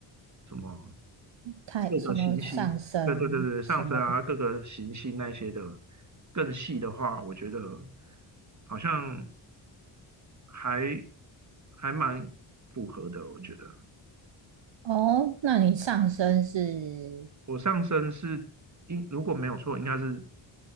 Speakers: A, on the right (about 35°); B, on the right (about 60°).
A: 什么
B: 太什么上升什么
A: 各个行星，对对对对，上升啊，各个行星那些的更细的话，我觉得好像还还蛮符合的。我觉得
B: 哦？那你上升是
A: 我上升是应如果没有错，应该是